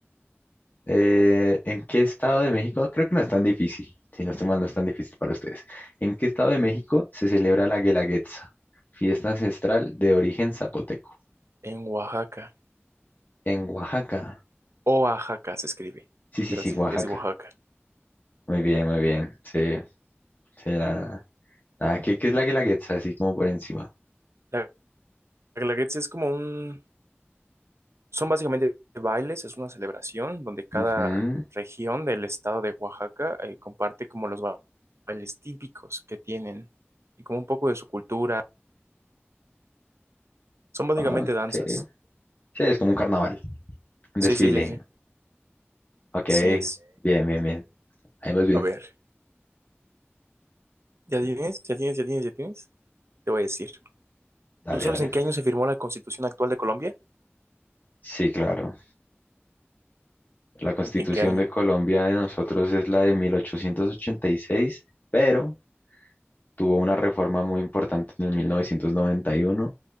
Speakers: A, on the left (about 40°); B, on the right (about 85°).
A: Eh, ¿en qué estado de México? No, Creo que no es tan difícil, si no estoy mal, no es tan difícil para ustedes. ¿En qué estado de México se celebra la Guelaguetza, fiesta ancestral de origen zapoteco?
B: En Oaxaca.
A: En Oaxaca.
B: Oaxaca se escribe,
A: Sí, sí,
B: pero
A: sí,
B: sí,
A: Oaxaca.
B: es de Oaxaca.
A: Muy bien, muy bien. Sí, sí, la- ah, ¿qué, qué es la Guelaguetza? Así como por encima.
B: La Guelaguetza es como un... Son básicamente bailes, es una celebración donde cada
A: Ujú,
B: región del estado de Oaxaca eh, comparte como los ba- bailes típicos que tienen y como un poco de su cultura. Son básicamente
A: Ok.
B: danzas.
A: Sí, es como un carnaval, un
B: Sí,
A: desfile.
B: sí, sí, sí.
A: Ok,
B: Así es.
A: bien, bien, bien. Ahí vas bien.
B: A ver, ¿ya tienes? ¿Ya tienes? ¿Ya tienes? ¿Ya tienes? Te voy a decir.
A: Dale,
B: ¿Tú sabes
A: dale.
B: en qué año se firmó la Constitución actual de Colombia?
A: Sí, claro. La Constitución
B: ¿En qué año?
A: de Colombia de nosotros es la de mil ochocientos ochenta y seis pero tuvo una reforma muy importante en el mil novecientos noventa y uno